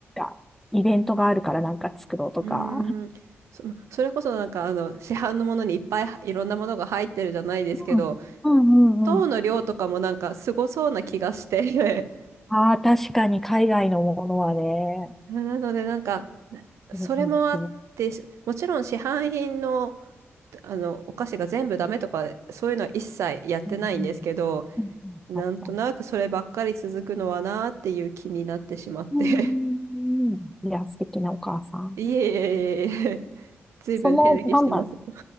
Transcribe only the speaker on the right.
うーん。そ、まそれこそなんかあの、市販のものにいっぱいいろんなものが入ってるじゃないですけど、
糖の量とかもなんかすごそうな気がして。
<laughs> なのでなんか、なそれもあって、
しもちろん市販品の、あの、お菓子が全部ダメとか、そういうのは一切やってないんですけど、
なんとなくそればっかり続くのはなーっていう気になってしまって
<laughs> いえいえいえいえ。ずいぶん手抜きしてますよ。